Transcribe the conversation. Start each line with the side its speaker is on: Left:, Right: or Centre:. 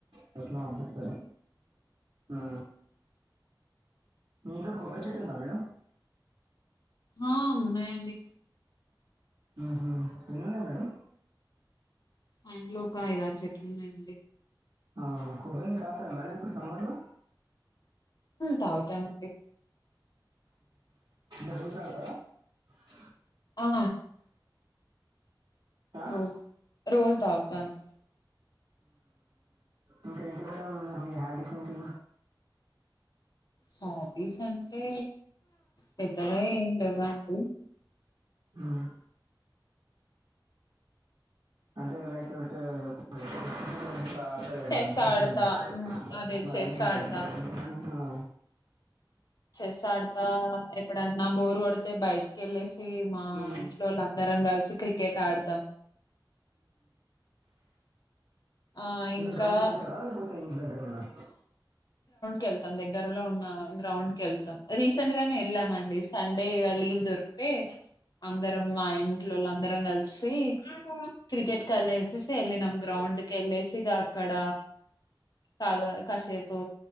Right: చెట్న్నాం అనిపిస్తుంది ఆ మీంట్లో కొబరి చెట్టు ఉందా మేడం
Left: ఆ ఉన్నాయండి
Right: హ ఎన్ని ఉన్నాయి మేడం
Left: మ ఇంట్లో ఒక ఐదారు చెట్లు ఉన్నాయండి
Right: ఆహా కొబ్బరిని తాగుతారా మేడం ఇప్పుడు సమ్మర్ లొ
Left: తగుతానండి
Right: ఇ రోసస్తార <inaudible>
Left: ఆ
Right: ఆ?
Left: రోజ రోజ తాగుతాను
Right: ఇంకా ఏంటి మేడంమ్ మీ హాబీస్ ఏంటి
Left: హాబీస్ అంటే పెద్దగా ఏం లేవు అండి
Right: మ్మ్. అంటే లైక్ ఒకలా
Left: చెస్
Right: మ
Left: ఆడతా.
Right: షూంగ్
Left: హ్మ్.
Right: మరి
Left: చెస్
Right: అదే మేడం
Left: ఆడతా.
Right: ఆ
Left: చెస్ ఆడతా. ఎప్పుడన్నా బోర్ కొడితే బయిట్ వేళ్ళసి మా
Right: ఉమ్,
Left: ఇంట్లో వాళ్ళ అందరం కలిసి క్రికెట్ ఆడతాం ఆ!
Right: అంట
Left: ఇంకా
Right: గ్రౌండ్ కి వెళ్తార లేకపోతే ఇంటి దగ్గర ననా
Left: కెళతం దగ్గరలో ఉన్న గ్రౌండ్ కి వెళ్తాం రీసెంట్ గానే వెళ్ళామండి సండే ఇగ లీవ్ దొరికితే అందరం మా ఇంట్లో అందరం కలిసి క్రికెట్ కానే సేసి వెళ్ళినం గ్రౌండ్ వెళ్ళేసిగా అక్కడ కాదు కాసేపు